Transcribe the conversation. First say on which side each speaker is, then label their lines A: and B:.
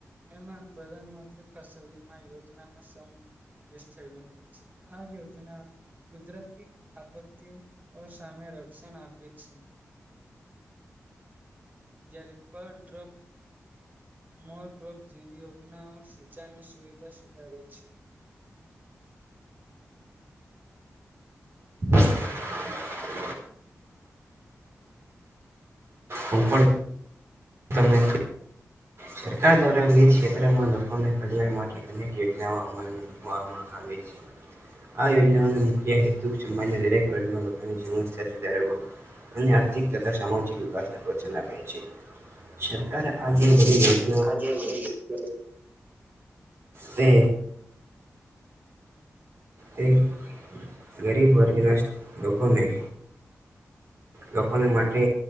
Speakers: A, on the right (about 35°); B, on the right (about 55°).
A: એમાં પ્રધાનમંત્રી ફસલ વીમા યોજના નો સામેલ થયેલો. આ્યો ત ના <unintelligible> કુદરતી આપત્તિઓ સામે રક્ષણ આપે છે. જ્યારે પર ડ્રોપ મો ક્રોપ જીવી યોજના સિંચાઇનું સુવિધા સુધારે છે.
B: <unintelligible> હું પણ. તમને સરકાર દ્વારા વિવિધ ક્ષેત્રમાં લોકોને કલ્યાણ માટે અનેક યોજનાઓ અમલમાં પવામાં આવેે છે. આ યોજનાઓનો મુખ્ય હેતુ સમાજના દરેક વર્ગના લોકોને સમ સુધારવો અને આર્થિક તથા સામાજિક વિકાસને પ્રોત્સાન આપે છે. સરકાર આગે વધળ યોજ છે.
A: <unintelligible>
B: તે એ ગરીબ વર્ગના લોકોને લોકોને માટે